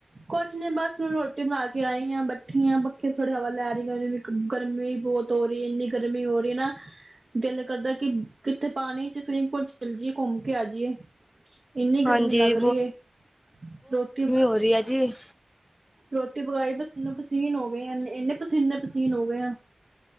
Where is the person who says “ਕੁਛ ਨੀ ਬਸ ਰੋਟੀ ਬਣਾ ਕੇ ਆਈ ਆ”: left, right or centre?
Right